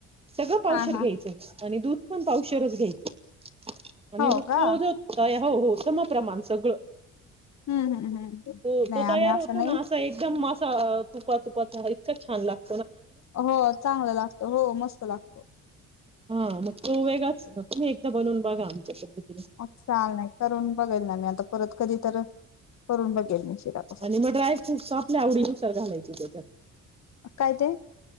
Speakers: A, on the right (about 20°); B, on the left (about 60°).
A: सगळं पावशर
B: हा
A: घ्यायचं
B: हा
A: आणि दूध पण पावशरच घ्यायचं आणि
B: हो
A: मग
B: का
A: तोजो त हो हो समप्रमाण सगळं
B: हम्म हम्म हम्म
A: तो
B: नाही
A: तो तयार
B: आम्ही
A: होतो
B: नाही
A: ना असं एकदम मस्त तुपा तुपाचा इतका छान लाग
B: हो चांगला लागतो हो मस्त लागतो
A: हा मग तो वेगाच मग तुम्ही एकदा बनवून बघा आमच्या पध्द
B: आज चाल नाही करून बघाल ना मी आता परत कधी तर करून बघेल मी शिरा कसा
A: आणि मग ड्राय फ्रूटस आपल्या आवडीनुसार घालायचे त्याच्यात
B: काय ते